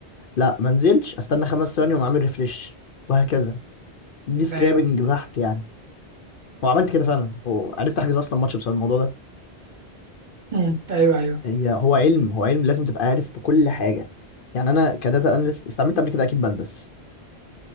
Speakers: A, on the left; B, on the right.
A: لا ما نزلش استنى خمس ثواني واقوم عامل ريفريش وهكذا دي سكرابنج
B: ايوه
A: بحت يعني وعملت كده فعلا وعرفت احجز اصلا ماتش بسبب الموضوع ده
B: مم. ايوه ايوه
A: هي هو علم هو علم لازم تبقى عارف في كل حاجه يعني انا كداتا اناليست استعملت قبل كده اكيد بندس